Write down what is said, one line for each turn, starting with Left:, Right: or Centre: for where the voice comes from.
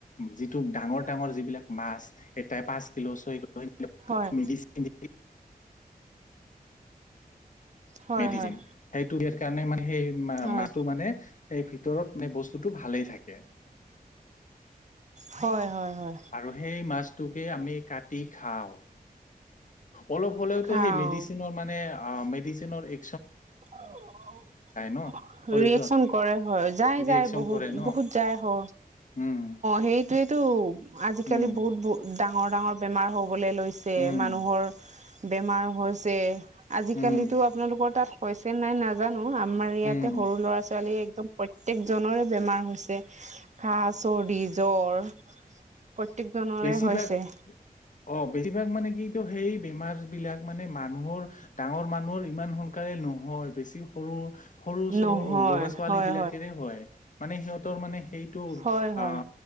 Left: যিটো ডাঙৰ ডাঙৰ যিবিলাক মাছ এটাই পাঁচ কিলো ছয় ক
Right: হয়
Left: মেডিচিন দি কিনে
Right: হয়
Left: মেডিচিন
Right: হয়
Left: সেইটো ইয়াৰ কাৰণে মানে সেই মা
Right: হয়
Left: মাটো মানে সেই ভিতৰত মানে বস্তুটো ভালেই থাকে
Right: হয় হয় হয়
Left: আৰু সেই মাছটোকে আমি কাটি খাওঁ অলপ হ'লেওতো
Right: খাওঁ
Left: সেই মেডিচিনৰ মানে আ মেডিচিনৰ এ
Right: ৰিয়েকচন
Left: ন শৰীৰত
Right: কৰে হয় যাই
Left: ৰিয়েকচন
Right: যাই বহুত
Left: কৰে ন
Right: বহুত যাই হ অ
Left: উম
Right: সেই এইয়েইটো আজিকালি
Left: উম
Right: বহুত ব ডাঙৰ ডাঙৰ বেমাৰ হবলৈ লৈছে
Left: উম
Right: মানুহৰ বেমাৰ হৈছে আজিকালিতো
Left: উম
Right: আপোনালোকৰ তাত হৈছেনে নাই নাজানো আমাৰ ইয়াতে
Left: উম
Right: সৰু ল'ৰা ছোৱালী একদম প্ৰত্যেক জনৰে বেমাৰ হৈছে কাহ চৰ্দি জ্বৰ প্ৰত্যেক জনৰে
Left: বেছিভাগ
Right: হৈছে
Left: অ বেছিভাগ মানে সেইটো সেই বেমাৰ বিলাক মানে মানুহৰ ডাঙৰ মানুহৰ ইমান সোনকালে নহয় বেছি সৰু সৰু চৰু
Right: নহয়
Left: ল'ৰা ছোৱালী
Right: হয়
Left: বিলাকেৰে হয় মানে সিহঁতৰ মানে সেইটো
Right: হয় হয়
Left: আ